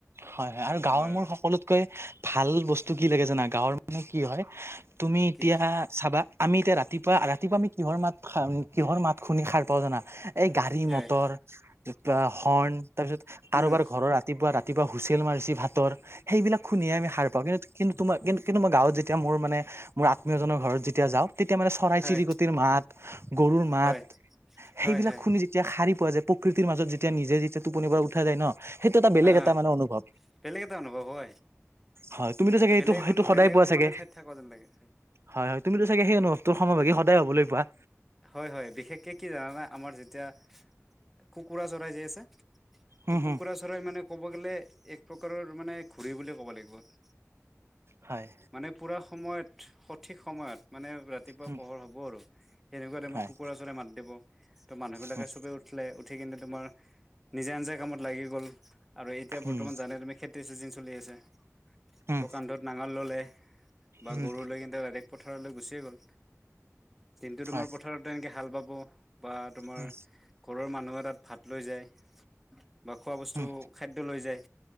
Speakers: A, on the right; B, in the centre.
A: হয় হয় আৰু
B: তোমাৰ
A: গাঁৱৰ মোৰ সকলোতকৈ ভাল বস্তু কি লাগে জানা গাঁৱৰ মানে কি হয় তুমি এতিয়া
B: কি
A: চাবা আমি এতিয়া ৰাতিপুৱা ৰাতিপুৱা আমি কিহৰ মাত কিহৰ মাত শুনি সাৰ পাও জানা। এই গাড়ী
B: হয়
A: মটৰ বা হৰ্ণ তাৰপিছত কাৰোবাৰ
B: উম
A: ঘৰৰ ৰাতিপুৱা ৰাতি ৰাতিপুৱা হুইচেল মাৰিছি ভাতৰ সেইবিলাক শুনিয়েই আমি সাৰ পাওঁ কিন্তু কিন্তু তোমাৰ কিন্তু কিন্তু মই গাঁৱত যেতিয়া মোৰ মানে মোৰ আত্মীয়জনৰ ঘৰত যেতিয়া যাওঁ তেতিয়া মানে চৰাই
B: হয়
A: চিৰিকটিৰ মাত গৰুৰ মাত
B: হয়
A: সেইবিলাক
B: হয় হয়
A: শুনি যি যেতিয়া সাৰি পোৱা যায় প্ৰকৃতিৰ মাজত যেতিয়া নিজে যেতিয়া টোপনিৰ পৰা উঠা যায় ন সেইটো এটা বেলেগ এটা
B: আ
A: মানে অনুভৱ
B: বেলেগ এটা অনুভৱ হয়।
A: হয় তুমিতো চাগে
B: বেলেগ
A: এইটো
B: এখন
A: সেইটো সদায়
B: বেলেগ
A: পোৱা
B: এখন
A: চাগে
B: মানে ঠাইত থাকো যেন লাগে।
A: হয় হয় তুমিতো চাগে সেই অনুভৱটোৰ সমভাগী সদায় হ'বলৈ পোৱা।
B: হয় হয় বিশেষকে কি জানানা আমাৰ যেতিয়া কুকুৰা চৰাই যি আছে
A: উম
B: ত'
A: হম
B: কুকুৰা চৰাই মানে ক'ব গ'লে এক প্ৰকাৰৰ মানে ঘড়ী বুলিয়ে ক'ব লাগিব।
A: হয়।
B: মানে পুৰা সময়ত সঠিক সময়ত মানে ৰাতিপুৱা
A: উম
B: পোহৰ হ'ব আৰু। সেনেকুৱা টাইমত
A: হয়
B: কুকুৰা ওচৰে মাত দিব ত' মানুহবিলাকে
A: উম
B: চবে উঠিলে উঠি কিনে তোমাৰ নিজা নিজা কামত লাগি গ'ল আৰু এতিয়া বৰ্তমান
A: উম
B: জানে তুমি খেতি চিজিন চলি আছে।
A: উম
B: ত' কান্ধত নাঙল ল'লে বা
A: উম
B: গৰু লৈ কিন্তু ডাইৰেক্ট পথাৰলৈ গুচিয়ে গ'ল। টো তোমাৰ
A: হয়
B: পথাৰত তেনেকে হাল বাব বা তোমাৰ
A: উম
B: ঘৰৰ মানুহে তাত ভাত লৈ যায় বা খোৱা বস্তু
A: উম
B: খাদ্য লৈ যায়।